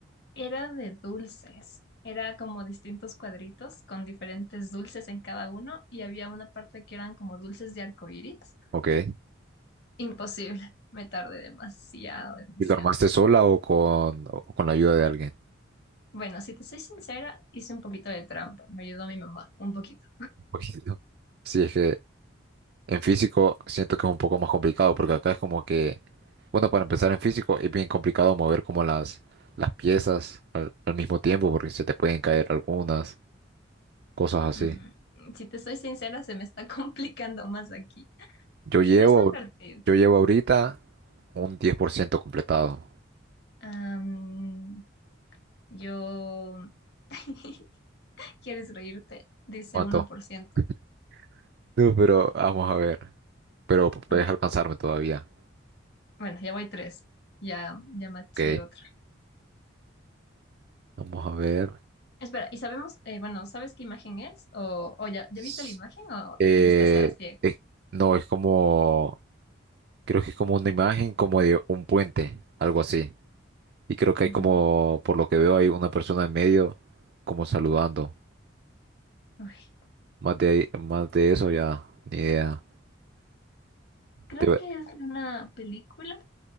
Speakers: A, on the left; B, on the right.
A: Era de dulces. Era como distintos cuadritos con diferentes dulces en cada uno y había una parte que eran como dulces de arcoíris.
B: ok.
A: Imposible. Me tardé demasiado, demasiado.
B: ¿Y lo armaste sola o con, o con la ayuda de alguien?
A: Bueno, si te soy sincera, hice un poquito de trampa. Me ayudó mi mamá, un poquito.
B: <laughs> Poquito. Sí, es que En físico siento que es un poco más complicado porque acá es como que, bueno, para empezar en físico es bien complicado mover como las, las piezas al, al mismo tiempo porque se te pueden caer algunas, cosas así.
A: Mm, si te soy sincera, se me está <laughs> complicando más aquí.
B: Yo llevo,
A: Pero está divertido.
B: yo llevo ahorita un 10% completado.
A: Am, yo... <laughs> ¿Quieres reírte? Dice
B: ¿Cuánto?
A: uno por ciento.
B: <laughs> No, pero vamos a ver. Pero puedes
A: A ver,
B: alcanzarme todavía.
A: bueno, ya voy tres. Ya, ya maché
B: Ok,
A: otra.
B: vamos a ver.
A: Espera, ¿y sabemos, eh, bueno, ¿sabes qué imagen es? ¿O, o ya, ya
B: S-
A: viste la imagen o también
B: eh,
A: estás a ciegas?
B: eh, no, es como, creo que es como una imagen como de un puente, algo así. Y creo que
A: De
B: hay como,
A: un-
B: por lo que veo, hay una persona en medio como saludando.
A: Uy,
B: Más de, ahí- más de eso ya, ni idea.
A: creo
B: Te voy-
A: que es de una película.